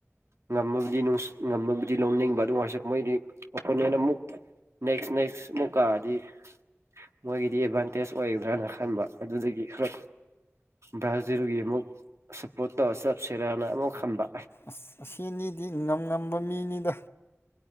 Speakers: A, on the right; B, on the left.
A: ꯉꯝꯃꯕꯨꯗꯤ ꯅꯨꯡ ꯉꯝꯃꯕꯨꯗꯤ ꯂꯧꯣꯟꯅꯤꯡꯕ ꯑꯗꯨꯁꯨ ꯃꯣꯏꯗꯤ ꯑꯣꯄꯣꯅꯦꯟ ꯑꯃꯨꯛ ꯅꯦꯛꯁ ꯅꯦꯛꯁ ꯃꯨꯀꯥꯗꯤ ꯃꯣꯏꯒꯤꯗꯤ ꯑꯦꯗꯚꯥꯟꯇꯦꯖ ꯑꯣꯏꯒꯗ꯭ꯔꯅ ꯈꯟꯕ ꯑꯗꯨꯗꯒꯤ ꯈꯔ ꯕ꯭ꯔꯥꯖꯤꯜꯒꯤ ꯑꯃꯨꯛ ꯁꯞꯄꯣꯔꯠ ꯇꯧꯔ ꯆꯞꯁꯤꯦꯔꯅ ꯑꯃꯨꯛ ꯍꯟꯕ
B: ꯑꯁ ꯑꯁꯤꯅꯤꯗꯤ ꯉꯝ ꯉꯝꯕ ꯃꯤꯅꯤꯗ